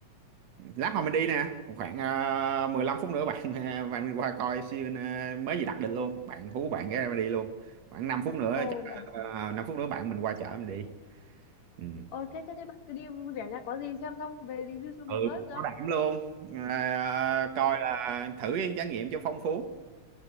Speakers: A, on the right; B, on the left.
A: lát hồi mình đi nè khoảng ờ, 15 phút nữa bạn <laughs> bạn mình qua coi siêu mới gì đặt định luôn bạn hú bạn cái mình đi luôn khoảng 5 phút nữa
B: Ồ
A: chắc
B: vậy à.
A: uh, 5 phút nữa bạn mình qua chở mình đi ừ.
B: Ờ thế thế thế bạn cứ đi vui vẻ nha, có gì xem xong về review cho mình
A: ừ
B: với cũng được.
A: bảo đảm luôn Ờ,
B: Thôi,
A: coi là thử cái trải nghiệm cho phong phú